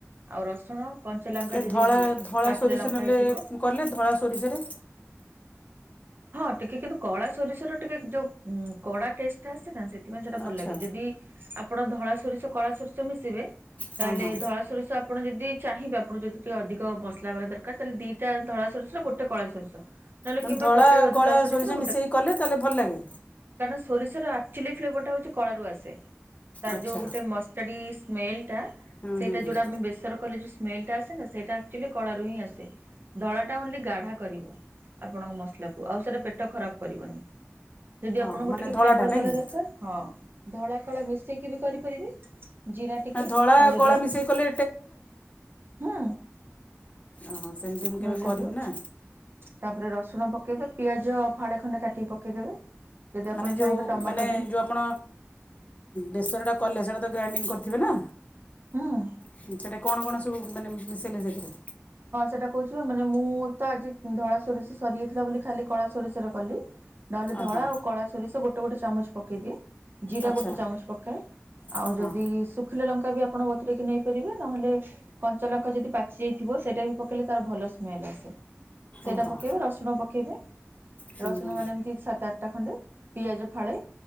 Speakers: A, on the right; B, on the left.
A: ଆଉ ରସୁଣ। କଞ୍ଚା ଲଙ୍କା
B: କ
A: ଯଦି
B: ଧଳା ଧଳା
A: ପାଚିଲା
B: ସୋରିଷ
A: ଲଙ୍କା
B: ନେଲେ
A: ହେଇଥିବ
B: କଲେ ଧଳା ସୋରିଷରେ
A: ହଁ ଟିକେ କିନ୍ତୁ କଳା ସୋରିଷର ଟିକେ ଯୋଉ କଡା ଟେଷ୍ଟ ଆସେ ନା ସେ ସେଥିପାଇଁ ସେଇଟା ଭଲ
B: ଆଚ୍ଛା
A: ଲାଗେ ଯଦି ଆ ଆପଣ ଧଳା ସୋରିଷ କଳା ସୋରିଷ ମିଶିବେ
B: ହଁ
A: ତାହେଲେ
B: ହଁ
A: ଧଳା ସୋରିଷ ଆପଣ ଯଦି ଚାହିଁବେ ଆପଣ ଯଦି ଟିକେ ଅଧିକ ମସଲା ବାଲା ଦରକାର ତାହେଲେ ଦିଟା ଧଳା ସୋଷ ଆଉ ଗୋଟେ କଳା ସୋରିଷ
B: ମାନେ
A: କିମ୍ବା
B: ଧଳା
A: ଗୋଟେ
B: କଳା
A: ଧଳା ସୋରିଷର
B: ସୋରିଷ ମିଶେଇକି କଲେ ତାହେଲେ ଭଲ ଲାଗେ।
A: ସୋରିଷରେ ଆକଚୁଆଲି ଫ୍ଲେଭରଟା ହଉଛି କଳାରୁ ଆସେ। ତାର
B: ଆଚ୍ଛା
A: ଯୋଉ ଗୋଟେ ମଷ୍ଟାଡିସ ସ୍ମେଲ ଟା
B: ହୁଁ
A: ସେଇଟା
B: ହୁଁ ହୁଁ
A: ଯୋଉଟା ଆମେ ବେସର କଲେ ଯୋଉଟା ସ୍ମେଲେଟା ଆସେନି। ସେଇା ଆକଚୁଆଲି କଳାରୁୁ ହିଁ ଆସେ। ଧଳାଟା ଓନଲି ଗାଢ଼ା କରିବ ଆପଣଙ୍କ ମସଲାକୁ। ଆଉ ସେଇଟା ପେଟ ଖରାପ କରିବନି। ଯଦି ଆପଣଙ୍କୁ
B: ଓହୋ ମାନେ
A: ଟିକେ
B: ଧଳାଟା
A: ଫ୍ଲେଭର
B: ନାଇଁ
A: ବାଲା
B: କି
A: ଦରକାର ହଁ ଧଳା କଳା ମିଶେଇକି ବି କରିପାରିବେ। ଜିରା ଟିକେ
B: ନା ଧଳା
A: ଆଉ ଯଦି
B: କଳା
A: ଆପଣ
B: ମିଶାଇ କଲେ
A: ହୁଁ।
B: ଓହଃ ସେମିତି ମୁଁ
A: ଭଲ
B: କେବେ
A: ଲାଗିବ।
B: କରିନି ନା।
A: ତାପରେ ରସୁଣ ପକେଇବେ। ପିଆଜ ଫାଳେ ଖଣ୍ଡେ କାଟିକି ପକେଇଦେବେ। ଯଦି ଆପଣ
B: ମାନେ ଯୋଉଁ
A: ଚାହିଁବେ ଟମାଟୋ
B: ମାନେ
A: ବି
B: ଯୋଉଁ ଆପଣ ବେସରଟା କଲେ ସେଇଟା ତ ଗ୍ରାଇଣ୍ଡିଙ୍ଗ କରିଥିବେ ନା।
A: ହୁଁ
B: ସେଇଟା କଣ କଣ ସବୁ ମାନେ ମିଶେଇଲେ ସେଥିରେ
A: ହଁ ସେଇଟା କହୁଛି ମାନେ ମୁଁ ତ ଆଜି ଧଳା ସୋରିଷ ସରିଯାଇଥିଲା ବୋଲି ଖାଲି କଳା ସୋରିଷରେ କଲି ନହେଲେ ଧଳା
B: ଓହୋ
A: ଆଉ କଳା ସୋରିଷ ଗୋଟେ ଗୋଟେ ଚାମଚ ପକେଇଦିଏ। ଜିରା
B: ଆଚ୍ଛା
A: ଗୋଟେ ଚାମଚ ପକାଏ ଆଉ
B: ଓହୋ
A: ଯଦି ଶୁଖିଲା ଲଙ୍କା ବି ଆପଣ ଆପଣ ବତୁରେକି ନେଇ ପାରିବେ ନହେଲେ କଞ୍ଚ ଲଙ୍କା ଯଦି ପାଚି ଯାଇଥିବ ଥିବ ସେଇଟା ବି ପକେଇଲେ ତାର ଭଲ ସ୍ମେଲ ଆସେ। ସେଇଟା
B: ଓହୋ
A: ପକେଇବେ ରସୁଣ ପକେଇବେ
B: ହୁଁ
A: ରସୁଣ
B: ହୁଁ
A: ମାନେ ଏମିତି ସାତ ଆଠଟା ଖଣ୍ଡେ। ପିଆଜ ଫାଳେ